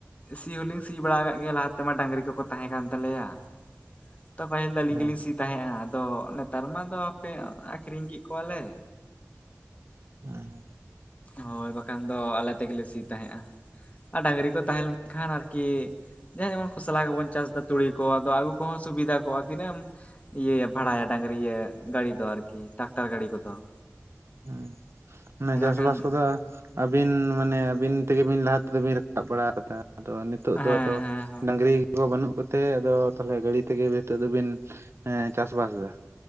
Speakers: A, on the left; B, on the right.
A: ᱥᱤ ᱦᱚᱞᱤᱧ ᱥᱤ ᱵᱟᱲᱟ ᱠᱟᱜ ᱜᱮᱭᱟ ᱞᱟᱦᱟ ᱛᱮᱢᱟ ᱰᱟᱝᱨᱤ ᱠᱚᱠᱚ ᱛᱟᱦᱮᱸ ᱠᱟᱱ ᱛᱟᱞᱮᱭᱟ ᱾ <unintelligible> ᱛᱚ ᱯᱟᱹᱦᱤᱞ ᱫᱚ ᱟᱹᱞᱤᱧ
B: ᱦᱮᱸ
A: ᱜᱮᱞᱤᱧ ᱥᱤ ᱛᱟᱦᱮᱸᱜᱼᱟ ᱟᱫᱚ ᱱᱮᱛᱟᱨ ᱢᱟ ᱫᱚ ᱦᱟᱯᱮ ᱟᱹᱠᱷᱨᱤᱧ ᱠᱮᱜ ᱠᱚᱣᱟᱞᱮ ᱾
B: <unintelligible>
A: ᱦᱳᱭ ᱵᱟᱠᱷᱟᱱ ᱫᱚ ᱟᱞᱮ ᱛᱮᱜᱮᱞᱮ ᱥᱤ ᱛᱟᱦᱮᱸᱫᱼᱟ, ᱟᱨ ᱰᱟᱝᱨᱤ ᱠᱚ ᱛᱟᱦᱮᱸ ᱞᱮᱱᱠᱷᱟᱱ ᱟᱨᱠᱤ ᱡᱟᱦᱟᱸᱭ ᱡᱮᱢᱚᱱ ᱠᱷᱚᱥᱞᱟ ᱜᱮᱵᱚᱱ ᱪᱟᱥ ᱮᱫᱟ ᱛᱩᱲᱤ ᱠᱚ ᱟᱫᱚ ᱟᱹᱜᱩ ᱠᱚᱦᱚᱸ ᱥᱩᱵᱤᱫᱷᱟ ᱠᱚᱜᱼᱟ ᱛᱤᱱᱟᱹᱜ ᱮᱢ ᱤᱭᱟᱹᱭᱟ ᱵᱷᱟᱲᱟᱭᱟ ᱰᱟᱝᱨᱤ ᱤᱭᱟᱹ ᱜᱟᱹᱲᱤ ᱫᱚ ᱟᱨᱠᱤ ᱴᱟᱠᱴᱟᱨ ᱜᱟᱹᱲᱤ ᱠᱚᱫᱚ ᱾
B: ᱦᱩᱸ, ᱢᱟᱱᱮ ᱪᱟᱥ
A: ᱠᱷᱟᱱ
B: ᱵᱟᱥ ᱠᱚᱫᱚ ᱟᱹᱵᱤᱱ ᱢᱟᱱᱮ ᱟᱹᱵᱤᱱ ᱛᱮᱜᱮ ᱵᱤᱱ ᱞᱟᱦᱟ ᱛᱮᱫᱚ ᱵᱤᱱ ᱨᱟᱠᱟᱵ ᱵᱟᱲᱟ ᱟᱠᱟᱫᱟ ᱟᱫᱚ ᱱᱤᱛᱚᱜ
A: ᱦᱮᱸ
B: ᱫᱚ ᱟᱫᱚ
A: ᱦᱮᱸ
B: ᱰᱟᱹᱝᱨᱤ ᱠᱚ ᱵᱟᱹᱱᱩᱜ ᱠᱚᱛᱮ ᱟᱫᱚ ᱛᱟᱦᱚᱞᱮ ᱜᱟᱲᱤ ᱛᱮᱜᱮ <inaudible> ᱱᱤᱛᱚᱜ ᱫᱚᱵᱤᱱ ᱮᱸᱻ ᱪᱟᱥ ᱵᱟᱥ ᱮᱫᱟ?